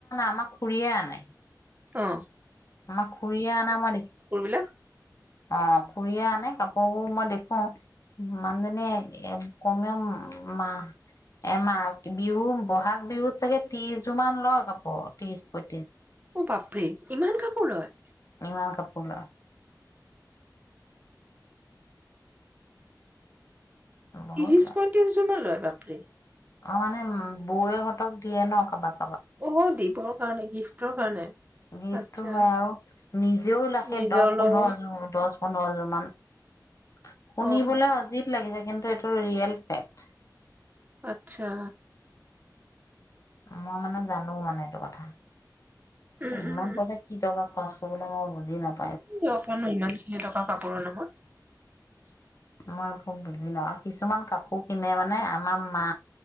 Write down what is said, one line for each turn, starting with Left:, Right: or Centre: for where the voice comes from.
Left: আমাৰ খুৰীয়ে বুজিছা নাই
Right: অঁ
Left: আমাৰ খুৰীয়ে অনা মই দেখিছো,
Right: বিলাক
Left: অ' খুৰীয়ে আনে কাপোৰ অ দেখো, মানজনীয়ে কমেওঁ মাহ এমাহ, বিহু বহাগ বিহুত চাগে ত্ৰিশ জো মান লয় কাপো ত্ৰিশ প
Right: অ', বাপৰে। ইমান, কাপোৰ লয়।
Left: ইমান কাপো <unintelligible> বহুত
Right: ত্ৰিশ
Left: লয়।
Right: পঁয়ত্ৰিশ যো মান লয় বাপৰে।
Left: অ', মানে বৌৱেহঁতক দিয়ে ন কাবাক
Right: অ' <unintelligible> <unintelligible> গিফ্টৰ কাৰণে।
Left: গিফ্টটো
Right: আচ্ছা
Left: হয়, আৰু নিজেও ৰাখে
Right: নিজৰলৈও
Left: দশ পোন্ধৰ যোৰ দশ পোন্ধৰযোৰ মান শুনিবলৈ
Right: অ
Left: অজীৱ লাগিছে কিন্তু এইটো ৰিয়েল ফেক্ট।
Right: অ ', আত্ছা।
Left: মই মানে জানো মানে এইটো কথা।
Right: উম,
Left: ইমান
Right: উম,
Left: পইচা কি দৰকাৰত খৰচ বোলে মই বুজি নাপাওঁ
Right: দৰকাৰ নাই ইমান খিনি টকা কাপোৰৰ নামত। <inaudible>
Left: মই একো ক'ব নোৱাৰা। কিছুমান কাপোৰ কিনে মানে আমাৰ মা